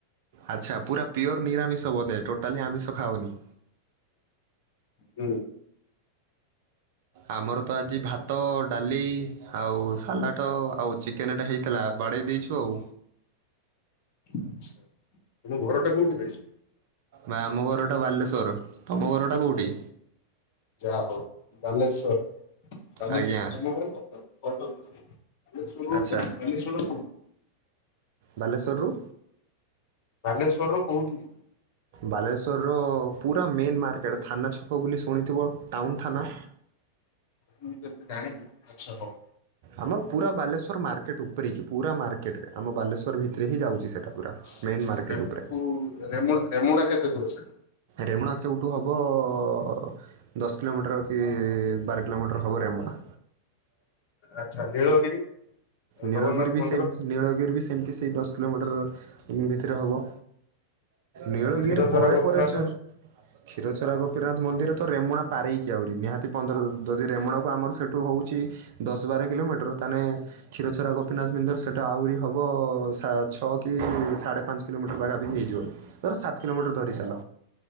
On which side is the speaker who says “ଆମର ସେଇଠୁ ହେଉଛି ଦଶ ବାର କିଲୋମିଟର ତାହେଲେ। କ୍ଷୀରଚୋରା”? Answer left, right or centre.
Right